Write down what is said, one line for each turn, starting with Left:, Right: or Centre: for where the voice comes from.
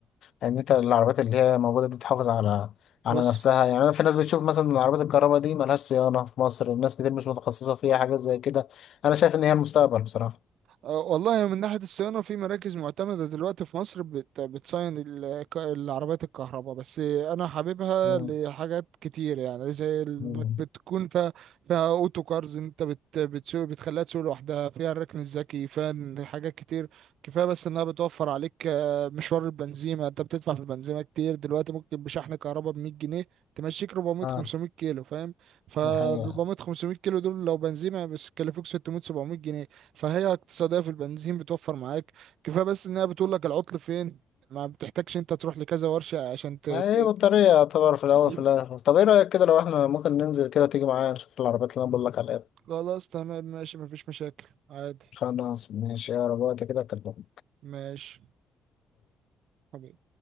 Left: ان انت العربيات اللي هي موجودة دي تحافظ على
Right: بص
Left: على نفسها يعني انا في ناس بتشوف مثلا العربيات الكهرباء دي ملهاش صيانة في مصر الناس كتير مش متخصصة فيها حاجات زي كده انا شايف ان هي المستقبل بصراحة
Right: آه، والله من ناحية الصيانة في مراكز معتمدة دلوقتي في مصر بت... بتصين ال- ك- العربيات الكهرباء بس أنا حاببها
Left: امم
Right: لحاجات كتير يعني زي إنك
Left: امم
Right: بتكون فيها فيها أوتو كارز أنت بت... بتسوق بتخليها تسوق لوحدها فيها الركن الذكي فيها إن حاجات كتير كفاية بس إنها بتوفر عليك آه، مشوار البنزيمة أنت بتدفع في البنزيمة كتير دلوقتي ممكن بشحن كهرباء ب 100 جنيه تمشيك 400
Left: اه
Right: 500 كيلو فاهم ف 400
Left: دي حقيقة
Right: 500 كيلو دول لو بنزيمة بس يكلفوك 600 700 جنيه فهي اقتصادية في البنزين بتوفر معاك كفاية بس انها بتقول لك العطل فين ما بتحتاجش انت تروح لكذا ورشة عشان ت... ت...
Left: ما هي بطارية يعتبر في الأول
Right: ت-
Left: في الآخر طب إيه رأيك كده لو إحنا ممكن ننزل كده تيجي معايا نشوف العربيات اللي أنا بقول لك عليها دي؟
Right: خلاص تمام ماشي مفيش مشاكل عادي
Left: خلاص ماشي يا رب وقت كده أكلمك
Right: ماشي حبيبي.